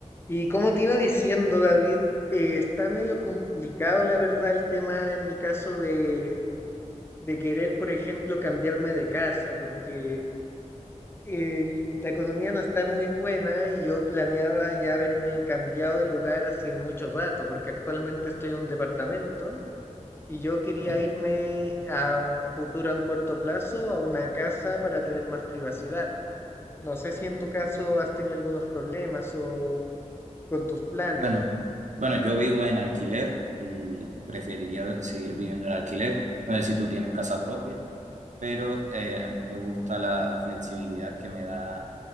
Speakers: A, on the left; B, on the right.
A: Y como te iba diciendo, David, eh, está medio complicado, la verdad, el tema en mi caso de, de querer, por ejemplo, cambiarme de casa, porque el- la economía no está muy buena y yo planeaba ya haberme cambiado de lugar hace mucho rato, porque actualmente estoy en un departamento y yo quería
B: Eh,
A: irme a un futuro, a un corto plazo, a una casa para tener más privacidad. No sé si en tu caso has tenido algunos problemas o con tus planes.
B: Bueno, bueno, yo vivo en alquiler y preferiría seguir viviendo en alquiler. No sé si tú tienes casa propia, pero eh, a mí me gusta la flexibilidad que me da